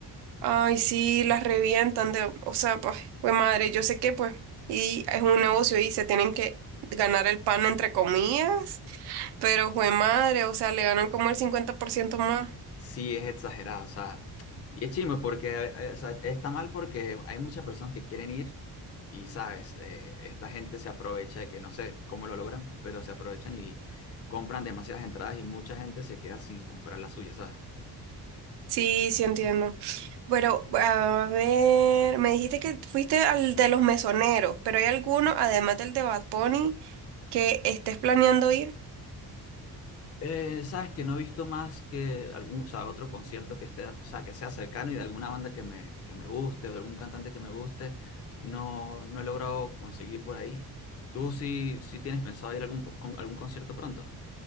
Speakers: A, on the right; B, on the left.
A: Ay, sí, las revientan de, o sea, pues, pues madre, yo sé que pues, y es un negocio y se tienen que ganar el pan entre comillas, pero fue madre, o sea, le ganan como el cincuenta por ciento más.
B: Sí, es exagerado, o sea, y es chimo porque, eh, o sea, está mal porque hay muchas personas que quieren ir y, sabes, Eh, esta gente se aprovecha de que no sé cómo lo logran, pero se aprovechan y compran demasiadas entradas y mucha gente se queda sin comprar la suya, ¿sabes?
A: Sí, sí entiendo. Pero, a ver, me dijiste que fuiste al de los mesoneros, pero ¿hay alguno, además del de Bad Bunny, que estés planeando ir?
B: Eh, sabes que no he visto más que algún, o sea, otro concierto que esté, o sea, que sea cercano y de alguna banda que me, que me guste o de algún cantante que me guste, no, no he logrado conseguir por ahí. ¿Tú sí, sí tienes pensado ir a algún, con- algún concierto pronto?